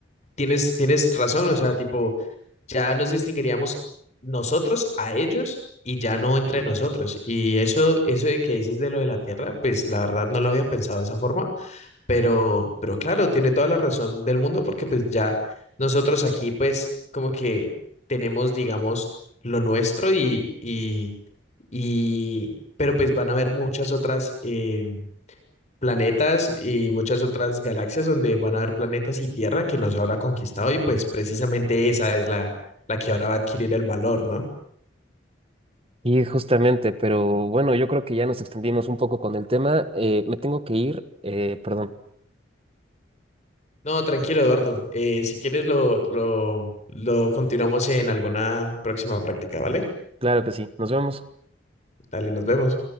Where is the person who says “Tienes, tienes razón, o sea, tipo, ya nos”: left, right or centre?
Left